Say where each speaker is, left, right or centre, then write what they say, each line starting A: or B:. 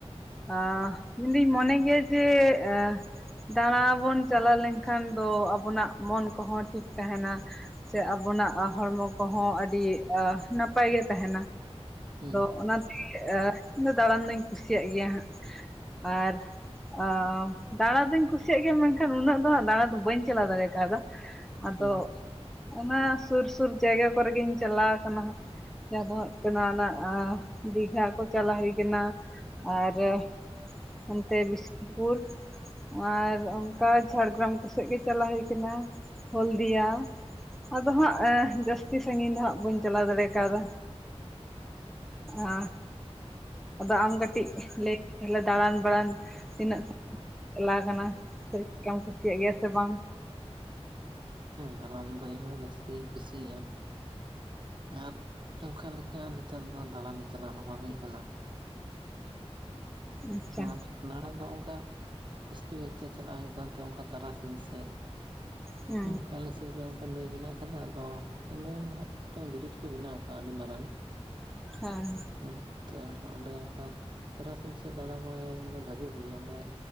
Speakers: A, in the centre; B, on the right (about 45°).
A: ᱟᱻ ᱤᱧᱫᱩᱧ ᱢᱚᱱᱮ ᱜᱮᱭᱟ ᱡᱮ ᱮᱸ ᱫᱟᱬᱟ ᱵᱚᱱ ᱪᱟᱞᱟᱣ ᱞᱮᱱᱠᱷᱟᱱ ᱫᱚ ᱟᱵᱚᱱᱟᱜ ᱢᱚᱱ ᱠᱚᱦᱚᱸ ᱴᱷᱤᱠ ᱛᱟᱦᱮᱸᱱᱟ᱾ ᱥᱮ ᱟᱵᱚᱱᱟᱜ ᱦᱚᱲᱢᱚ ᱠᱚᱦᱚᱸ ᱟᱹᱰᱤ ᱟ ᱱᱟᱯᱟᱭ ᱜᱮ ᱛᱟᱦᱮᱸᱱᱟ᱾
B: ᱦᱮᱸ
A: ᱟᱫᱚ ᱚᱱᱟᱛᱮ ᱟ ᱤᱧ ᱫᱚ ᱫᱟᱬᱟᱱ ᱫᱩᱧ ᱠᱩᱥᱤᱭᱟᱜ ᱜᱮᱭᱟ ᱦᱟᱸᱜ ᱟᱨ ᱟ ᱫᱟᱬᱟ ᱫᱩᱧ ᱠᱩᱥᱤᱭᱟᱜ ᱜᱮᱭᱟ ᱢᱮᱱᱠᱷᱟᱱ ᱩᱱᱟᱹᱜ ᱫᱚ ᱦᱟᱜ ᱫᱟᱬᱟ ᱫᱚ ᱵᱟᱹᱧ ᱪᱟᱞᱟᱣ ᱫᱟᱲᱮ ᱠᱟᱣᱫᱟ᱾ ᱟᱫᱚ
B: ᱦᱮᱸ
A: ᱚᱱᱟ ᱥᱩᱨ ᱥᱩᱨ ᱡᱟᱭᱜᱟ ᱠᱚᱨᱮ ᱜᱤᱧ ᱪᱟᱞᱟᱣ ᱠᱟᱱᱟ ᱦᱟᱸᱜ᱾ ᱡᱟᱦᱟᱸ ᱫᱚ ᱦᱩᱭᱩᱜ ᱠᱟᱱᱟ ᱚᱱᱟ ᱟ ᱫᱤᱜᱷᱟ ᱠᱚ ᱪᱟᱞᱟᱣ ᱦᱩᱭ ᱠᱟᱱᱟ᱾ ᱟᱨᱮᱻ ᱚᱱᱛᱮ ᱵᱤᱥᱱᱩᱯᱩᱨ᱾ ᱟᱨ ᱚᱱᱠᱟ ᱡᱷᱟᱲᱜᱨᱟᱢ ᱠᱚᱥᱮᱫ ᱜᱮ ᱪᱟᱞᱟᱣ ᱦᱩᱭ ᱠᱟᱱᱟ, ᱦᱚᱞᱫᱤᱭᱟ ᱟᱫᱚ ᱦᱟᱸᱜ ᱮᱸ ᱡᱟᱹᱥᱛᱤ ᱥᱟᱜᱤᱧ ᱫᱚ ᱦᱟᱸᱜ ᱵᱟᱹᱧ ᱪᱟᱞᱟᱣ ᱫᱟᱲᱮ ᱠᱟᱣᱫᱟ᱾ ᱟ ᱟᱫᱚ ᱟᱢ ᱠᱟᱹᱴᱤᱡ ᱞᱟᱹᱭ <inaudible> ᱫᱟᱬᱟᱱ ᱵᱟᱲᱟᱱ ᱛᱤᱱᱟᱹᱜ ᱪᱟᱞᱟᱣ ᱠᱟᱱᱟ ᱥᱮ, ᱪᱮᱫ ᱞᱮᱠᱟᱢ ᱠᱩᱥᱤᱭᱟᱜ ᱜᱮᱭᱟ ᱥᱮ ᱵᱟᱝ?
B: ᱫᱟᱨᱟᱱ ᱫᱚ ᱤᱧ ᱦᱚᱸ ᱡᱟᱹᱥᱛᱤ ᱜᱤᱧ ᱠᱩᱥᱤᱭᱟᱜᱼᱟ᱾ ᱟᱨ ᱚᱱᱠᱟ ᱞᱮᱠᱟ ᱱᱮᱛᱟᱨ ᱫᱚ ᱫᱟᱬᱟᱱ ᱪᱟᱞᱟᱜ ᱦᱚᱸ ᱵᱟᱝ ᱦᱩᱭᱩᱜ ᱠᱟᱱᱟ᱾
A: ᱟᱪᱪᱷᱟ
B: ᱟᱨ ᱫᱟᱬᱟ ᱫᱚ ᱚᱱᱠᱟ ᱡᱟᱹᱥᱛᱤ ᱠᱟᱭᱛᱮ ᱪᱟᱞᱟᱜ ᱦᱩᱭᱩᱜ ᱠᱟᱱᱛᱮ ᱚᱱᱠᱟ ᱛᱟᱨᱟᱥᱤᱧ ᱥᱮᱫ᱾
A: ᱦᱮᱸ
B: ᱚᱱᱠᱟ ᱟᱞᱮ ᱥᱩᱨ ᱨᱮ ᱚ ᱠᱟ ᱱᱟᱹᱭ ᱢᱮᱱᱟᱜ ᱟᱠᱟᱫᱟ ᱟᱫᱚ ᱚᱸᱰᱮ ᱱᱟᱦᱟᱜ ᱢᱤᱫᱴᱟᱝ ᱵᱨᱤᱡᱽ ᱠᱚ ᱵᱮᱱᱟᱣ ᱟᱠᱟᱜᱼᱟ ᱟᱹᱰᱤ ᱢᱟᱨᱟᱝ᱾
A: ᱦᱮᱸ᱾
B: ᱦᱮᱸ ᱛᱚ ᱚᱸᱰᱮ ᱚᱱᱠᱟ ᱛᱟᱨᱟᱥᱤᱧ ᱥᱮᱫ ᱫᱟᱬᱟ ᱵᱟᱲᱟᱭ ᱢᱟᱱᱮ ᱵᱷᱟᱜᱮ ᱵᱩᱡᱷᱟᱹᱜᱼᱟ ᱚᱸᱰᱮ